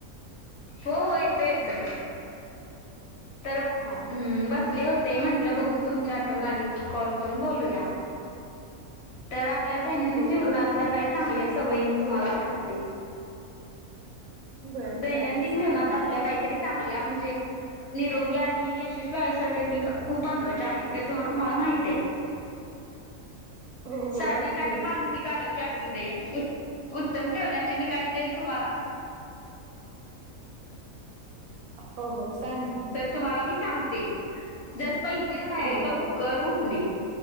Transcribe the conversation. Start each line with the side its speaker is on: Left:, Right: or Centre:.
Left: हो हो येतय येतय तर
Right: हा
Left: हम्म बस होते म्हंटलं बघू तुमच्या आठवण आली कॉल करून बोलूया तर आ पल्या दैनंदिन
Right: हो
Left: जीवनातल्या
Right: बोल ना
Left: काही
Right: काय विषय
Left: चांगले सवयी मी तुम्हाला सां सांगते
Right: बर
Left: दैनंदिन
Right: चालेल सांग
Left: जीवनात
Right: ना
Left: आपल्या काहीतरी चांगल्या म्हणजे निरोगी आणि यश व्हायं साठी मी कुप मत्वा आहेत तेथून मला माहती आहेत
Right: हो
Left: शारीरिक
Right: हो अगदी
Left: आणि
Right: बरोबर
Left: मानसिक आरोग्य असू दे उत्तम ठेवण्याचे मी काहीतरी तुम्हाला <inaudible>
Right: हो हो सांग ना
Left: तर तुम्हाला मी सांगते जास्त पहिलं काय हाय
Right: हो
Left: लवकर
Right: हो
Left: उठणे